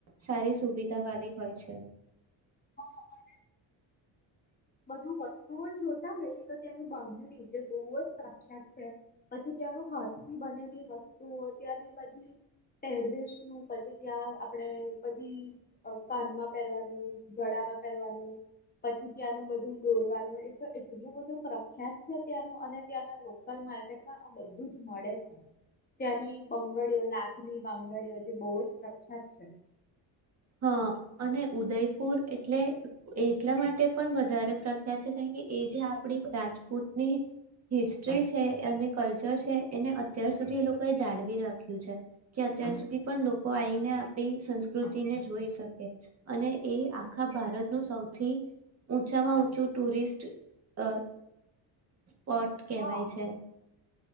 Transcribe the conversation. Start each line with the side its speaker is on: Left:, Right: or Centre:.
Right: સારી સુવિધા વાળી હોય છે.
Left: હા, અને બધું વસ્તુઓ જોતા હોઈએ, તો ત્યાંનું બાંધણી જે બો જ પ્રખ પ્રખ્યાત છે, પછી ત્યાંનું હાથ થી બનેલી વસ્તુઓ ત્યાંની બધી પહેરવેશ નું, પછી ત્યાં આપણે બધી કાનમાં પહેરવાનું, ગળામાં પહેરવાનું પછી ત્યાંનું બધું દોરવાનું એ તો એટલું બધું પ્રખ્યાત છે. ત્યાંનું અને ત્યાંના લોકલ માર્કેટમાં આ બધું જ મળે છે. ત્યાંની બંગડીઓ, લાખની બંગડીઓ જે બો જ પ્રખ્યાત છે.
Right: હા અને ઉદયપુર એટલે એટલા માટે પણ વધારે પ્રખ્યાત છે કારણ કે એ જે આપડી રાજપૂતની હિસ્ટ્રી છે અને કલ્ચર છે એને અત્યાર સુધી એ લોકો એ જાળવી રાખ્યું છે, કે અત્યાર સુધી પણ લોકો આઈને આપણી સંસ્કૃતિને જો જોઈ શકે અને એ આખા ભારતનું સૌથી ઊંચામાં ઊંચું ટુરિસ્ટ અ પોટ કહેવાય
Left: હા
Right: છે.